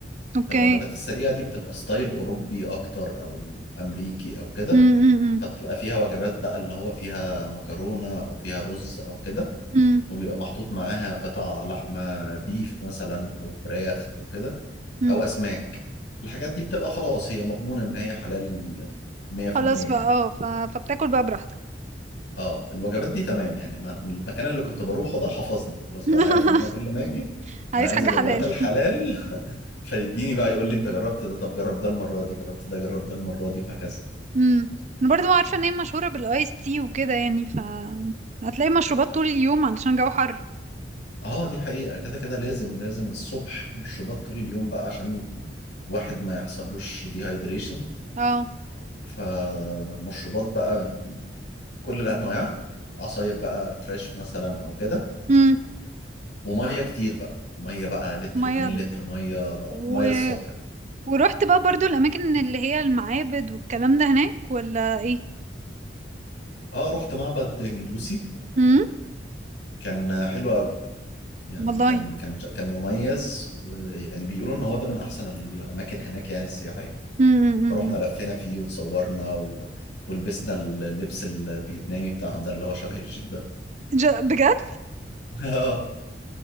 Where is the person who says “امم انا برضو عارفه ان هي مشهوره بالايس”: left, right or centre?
Right